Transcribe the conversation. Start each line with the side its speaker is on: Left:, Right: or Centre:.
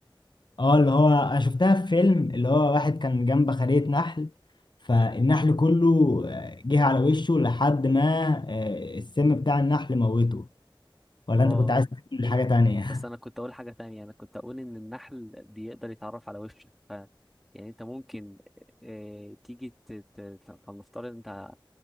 Left: اه اللي هو انا شفتها في فيلم اللي هو واحد كان جنب خلية نحل فالنحل كله آه، جه على وشه لحد ما آه، السم بتاع النحل موته ولا
Centre: اه
Left: انت كنت عايز تقول حاجه تانية
Centre: بس انا
Left: <laughs>
Centre: كنت اقول حاجه تانية انا كنت اقول ان النحل بيقدر يتعرف على وشك ف يعني انت ممكن آه، تيجي ت- ت- فلنفترض انت